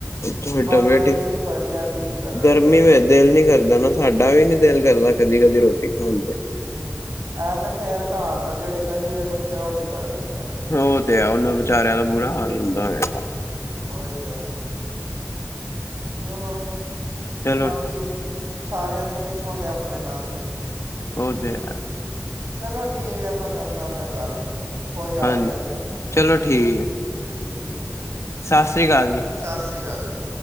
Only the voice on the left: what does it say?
ਥੋੜੀ
ਤਬੀਅਤ
ਗਰਮੀ
ਵਿੱਚ ਦਿਲ ਨੀ ਕਰਦਾ ਨਾ, ਸਾਡਾ ਵੀ ਨੀ ਦਿਲ ਕਰਦਾ ਕਦੀ -ਕਦੀ ਰੋਟੀ ਖਾਣ ਤੇ
ਉਹ ਤੇ ਆ, ਉਹਨਾ ਵਿਚਾਰਿਆਂ ਦਾ ਬੁਰਾ ਹਾਲ ਹੁੰਦਾ ਹੋਏਗਾ।
ਚਲੋ
ਔ ਤੇ ਐ।
ਹਾਂਨ
ਚਲੋ ਠੀਕ ਐ।
ਸਾਸ ਸ਼੍ਰੀ ਕਾਲ ਜੀ।